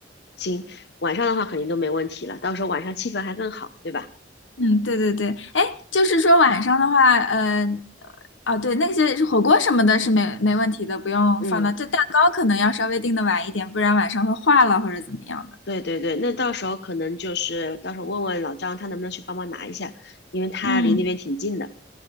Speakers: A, on the left (about 60°); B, on the left (about 85°).
A: 行，晚上的话肯定都没问题了，到时候晚上气氛还更好，对吧？
B: 嗯，对对对，哎，就是说晚上的话，呃，哦，对，那些火锅什么的是没没问题的，不用放到。
A: 嗯，
B: 这蛋糕可能要稍微定的晚一点，不然晚上会化了或者怎么样的。
A: 对对对，那到时候可能就是到时候问问老张他能不能去帮忙拿一下，因为他离那边挺近的。
B: 嗯